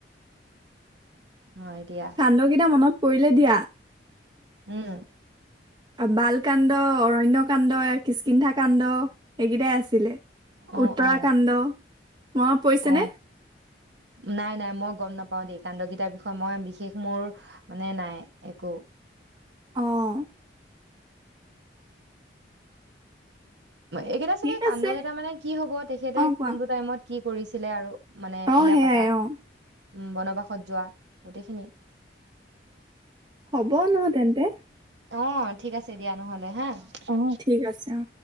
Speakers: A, on the right (about 75°); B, on the right (about 25°).
A: হয় দিয়া
B: কাণ্ড কেইটা মনত পৰিলে দিয়া
A: উম
B: বাল কান্ড অ কন্য কাণ্ড কিচকিন্ধা কাণ্ড এইকেইটাই আছিলে
A: অ
B: উত্তৰাখণ্ড
A: অ
B: মনত পৰিছেনে
A: অ নাই নাই মই গম নাপাও দেই কাণ্ডগেইটাৰ বিষয়ে মই বিশেষ মোৰ মানে নাই একো।
B: অঁ
A: এইকেইটা চাগে
B: ঠিক
A: কান্দকেইটা
B: আছে
A: মানে কি হ'ব তেখেতে
B: অ কোৱা
A: কোনটো টাইমত কি কৰিছিলে আৰু মানে
B: অ
A: বিয়া
B: সেয়াই
A: পাতা
B: অ
A: উম বনবাসত যোৱা গোটেইখিনি
B: হ'ব নহ তেন্তে।
A: অ ঠিক আছে দিয়া। নহ'লে হা অ
B: ঠিক আছে অ